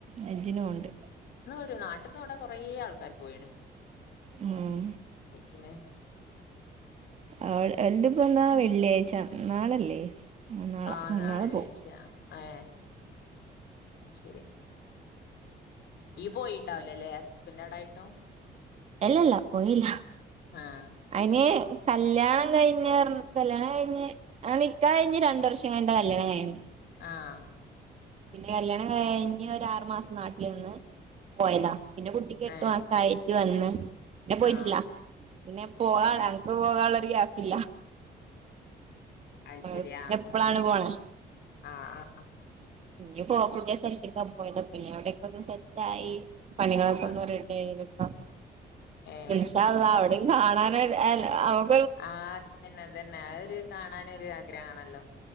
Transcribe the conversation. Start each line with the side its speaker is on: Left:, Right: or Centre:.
Right: ഹജജിനും പോണ്ട്.
Left: നാട്ടന്ന് വടെ കൊറെ ആൾക്കാര് പോയുണ്
Right: ഉം
Left: അഛന്
Right: ആഹ എതിപ്പന്നാ വെള്ളിയാഴ്ച നാളല്ലേ <unintelligible>
Left: ആഹ് നാളെല്ലേ
Right: നാളെ പോവും
Left: ച്ചാ ഏ ആഹ് ശരി. ഈ പോയിണ്ടാവലല്ലെ ഹസബന്റെോടായിട്ടും
Right: അല്ലല്ല പോയില്ല
Left: ആഹ്
Right: അതിനെ
Left: ശരി
Right: കല്യാണ കഴിഞ്ഞുർ കല്യാണം കഴിഞ്ഞ് കഴിഞ്ഞ് രണ്ടർഷം കഴിഞണ്ടാന് കല്യാണം കഴിഞ്.
Left: ആഹ്
Right: പിന്നെ കല്യാണം എഹ് ഇനി ഒര് ആറുമാസം നാട്ടിൽ നിന്ന് പോയതാ, പിന്നെ കുട്ടിക്ക് എട്ടു
Left: ഏഹ്
Right: മാസയി. വന്ന് പിന്നെ പോയിട്ടില്ല,
Left: ആഹ്
Right: പിന്നെ പോക
Left: ഏഹ്
Right: അനക്ക് പോകുന്ള്ളര് ഗ്യാപ്പ്ല്ല.
Left: അത്
Right: ആ
Left: ശരി
Right: പിന്നെ
Left: ആഹ്
Right: എപ്പളാണ് പോണെ?
Left: ആഹ്
Right: ഇ പോവാ പുതിയ സ്ഥലത്തേക്കാൻ പോയ പിന്നെ അവിടെക്കെ സെറ്റായ് പണികളൊക്ക
Left: ആഹ് ആഹ്
Right: ഒന്ന് റെഡി <unintelligible>
Left: ഏഹ്
Right: ഇൻശാഅല്ലാഹ്‌ അവിടെ കാണാന <unintelligible>
Left: ആഹ് അതതന്നെ അതന്നെ അതൊരു കാണാനൊരു ആഗ്രഹാണല്ലോ.